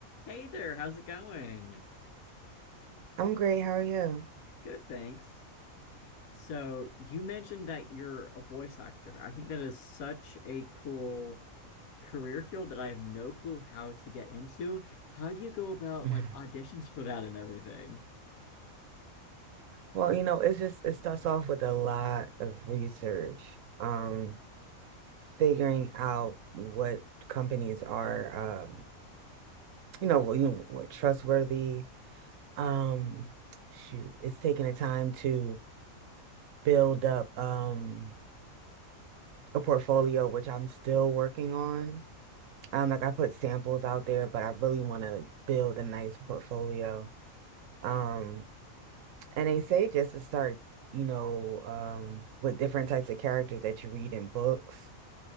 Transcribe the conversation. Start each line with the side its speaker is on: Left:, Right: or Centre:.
Left: Hey there, how's it going?
Right: I'm great. How are you?
Left: Good, thanks. So, you mentioned that you're a voice actor. I think that is such a cool career field that I have no clue how to get into. How do you go about
Right: <laughs>
Left: like auditions for that and everything?
Right: Well, you know, it's just it starts off with a lot of research, um, figuring out what companies are, um, you know, well, you know, what trustworthy. Um, shoot, it's taking the time to build up um a portfolio, which I'm still working on. Um, like I put samples out there, but I really want to build a nice portfolio. Um, And they say just to start, you know, um, with different types of characters that you read in books,